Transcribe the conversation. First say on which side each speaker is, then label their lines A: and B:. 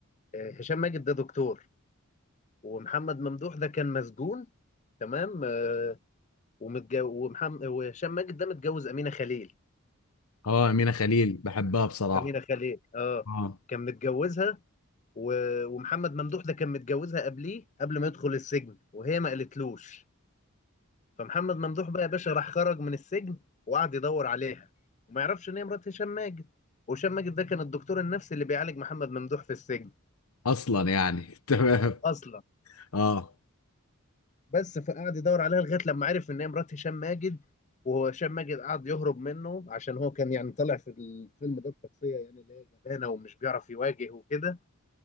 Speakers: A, on the left; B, on the left.
A: آه، هشام ماجد ده دكتور ومحمد ممدوح ده كان مسجون تمام آه، ومتجو ومحمد وهشام ماجد ده متجوز امينه خليل
B: اه امينه خليل بحبها بصراحه
A: امينه خليل اه
B: اه
A: كان متجوزها و- ومحمد ممدوح ده كان متجوزها قبليه قبل ما يدخل السجن وهي ما قالتلوش فمحمد ممدوح بقى يا باشا راح خرج من السجن وقعد يدور عليها وما يعرفش ان هي مرات هشام ماجد وهشام ماجد ده كان الدكتور النفسي اللي بيعالج محمد ممدوح في السجن
B: اصلا يعني <laughs> تمام
A: اصلا
B: اه
A: بس فقعد يدور عليها لغايه لما عرف ان هي مرات هشام ماجد وهو هشام ماجد قعد يهرب منه عشان هو كان يعني طالع في الفيلم ده بشخصيه يعني اللي هي جبانه ومش بيعرف يواجه وكده